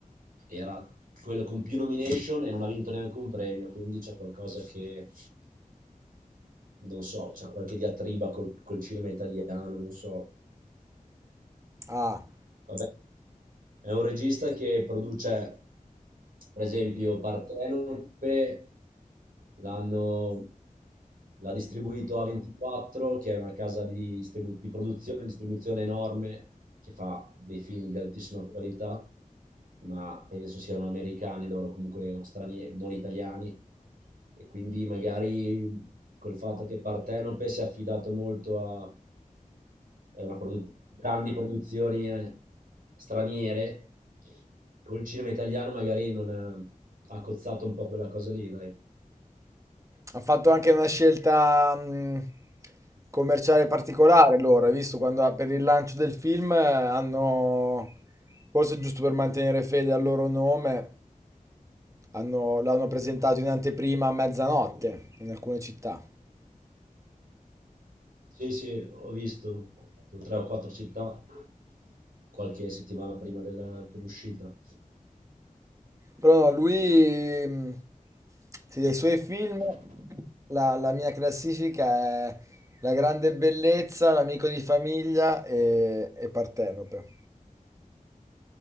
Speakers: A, on the right; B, on the right.
A: era quello con più nomination e non ha vinto neanche un premio, quindi c'è qualcosa che non so, c'è qualche diatriba col, col cinema italiano, non so.
B: Ah.
A: Vabbè, è un regista che produce, per esempio, Partenope L'hanno l'ha distribuito a 24, che è una casa di, distribu- di produzione e distribuzione enorme, che fa dei film di altissima qualità, ma penso siano americani loro, comunque o stranieri, non italiani. E quindi magari col fatto che Partenope si è affidato molto a, a una produ- grandi produzioni eh, straniere, col cinema italiano magari non ha, ha cozzato un po' quella cosa lì, dai.
B: Ha fatto anche una scelta mh, commerciale particolare loro, hai visto quando per il lancio del film eh, hanno, forse giusto per mantenere fede al loro nome, hanno- l'hanno presentato in anteprima a mezzanotte in alcune città.
A: Sì, sì, ho visto ho fatto tre o quattro città qualche settimana prima della- dell'uscita.
B: Però no, lui, mh, sì, dei suoi film, la, la mia classifica è La grande bellezza, L'amico di famiglia e, e Partenope.